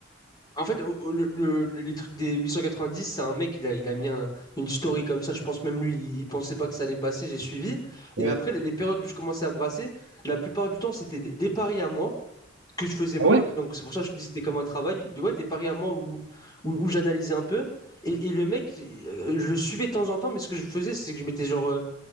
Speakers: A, on the left; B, on the right.
A: En fait, au- au- le, le- les trucs des dix c'est un mec, il a, il a mis un- une story comme ça. Je pense même lui, il, il pensait pas que ça allait passer. J'ai suivi.
B: Ouais.
A: Et après, les, les périodes où je commençais à brasser, la plupart du temps, c'était des, des paris à moi que je faisais moi.
B: Ah ouais?
A: Donc, c'est pour ça que je te dis que c'était comme un travail. De- Ouais, des paris à moi où, où, où j'analysais un peu. Et, et le mec, euh, je le suivais de temps en temps, mais ce que je faisais, c'est que je mettais genre euh,